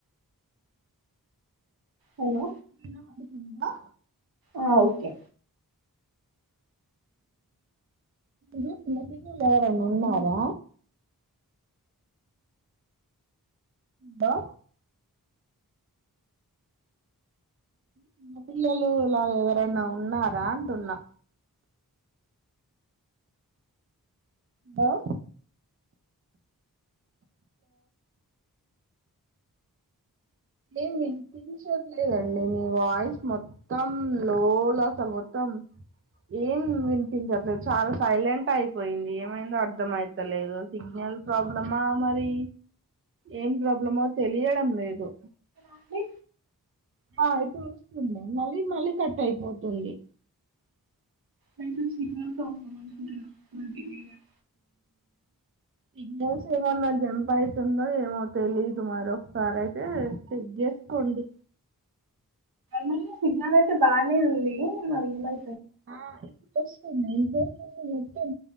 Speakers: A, on the right; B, on the right.
A: హలో
B: వినబడుతుందా
A: ఆ ఓకే
B: చిన్నపిల్లలు ఎవరైనా ఉన్నారా హలోో చిన్న పిల్లలు ఇలా ఎవరైనా ఉన్నారా అంటున్నా హలో ఏం వినిపించట్లేదండి నీ వాయిస్ మొత్తం లో లో అసలు మొత్తం ఏం వినిపించట్లేదు చాలా సైలెంట్ అయిపోయింది ఏమైందో అర్థం అయితలేదు సిగ్నల్ ప్రాబ్లమా మరి ఏం ప్రాబ్లమా తెలియడం లేదు
A: అండి
B: ఆ ఇప్పుడు వస్తుంది మళ్ళీ మళ్ళీ కట్ అయిపోతుంది
A: అయితే సిగ్నల్ ప్రాబ్లం మట్టుంది ఇక్కడ ఈ గ <inaudible>
B: సిగ్నల్స్ ఏమన్నా జంప్ అయితుందో ఏమో తెలీదు మర ఒకసారి అయితే చెక్ చేసుకోండి
A: మ సిగ్నమ్ అయితే బాగానే ఉంది మరి ఏమై
B: ఆ ఇప్పుడు వస్తుంది అ మొత్తం